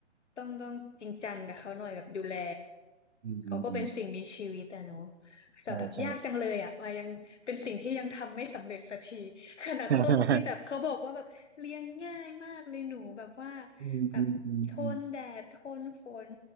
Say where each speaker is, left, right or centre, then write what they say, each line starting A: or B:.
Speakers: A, on the left; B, on the right.
A: ต้องต้องจริงจังกับเขาหน่อยแบบดูแล
B: อืมอืมอืม
A: เขาก็เป็นสิ่งมีชีวิตอะเนาะ
B: ใช่ใช่
A: แต่แบบยากจังเลยอะว่ายังเป็นสิ่งที่ยังทำไม่สำเร็จสักทีขนาดต้นที่แบบเขาบอกว่าแบบเลี้ยงง่ายมากเลยหนูแบบว่า
B: <laughs> อืมอืมอืมอืม
A: แบบทนแดดทนฝน